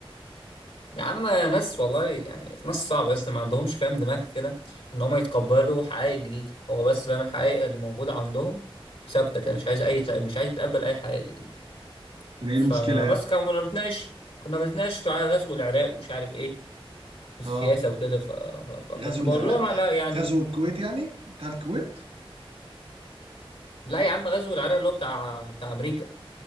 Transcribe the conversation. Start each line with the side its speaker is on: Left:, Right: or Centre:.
Left: يا عم ناس والله يعني ناس صعبه بس ما عندهمش فاهم دماغ كده ان هم يتقبلوا حقائق جديده هو بس فاهم الحقائق اللي موجوده عندهم ثابته كده مش عايز اي مش عايز يتقبل اي حقائق جديده
Right: يعني ايه
Left: فبس
Right: المشكله يعني
Left: كان- كنا بنتناقش كنا بنتناقش في على غزو العراق ومش عارف ايه والسياسه
Right: اه
Left: وكده ف... ف- فكنت
Right: غزو
Left: بقول
Right: العراق
Left: لهم على يعني
Right: غزو الكويت يعني بتاع الكويت
Left: لا يا عم غزو العراق اللي هو بتاع بتاع امريكا